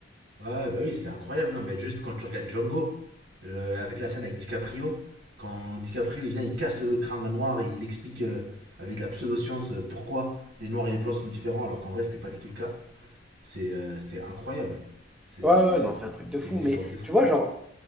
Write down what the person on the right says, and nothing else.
Ouais, bah oui, c'était incroyable, hein, mais juste quand tu regardes Django, euh, avec la scène avec DiCaprio, quand DiCaprio il vient, il casse le crâne d'un noir et il explique euh, avec de la pseudo-science euh, pourquoi les noirs et les blancs sont différents, alors qu'en vrai c'était pas du tout le cas. C'est, euh, c'était incroyable. C'est,
c'est
une
époque de fou.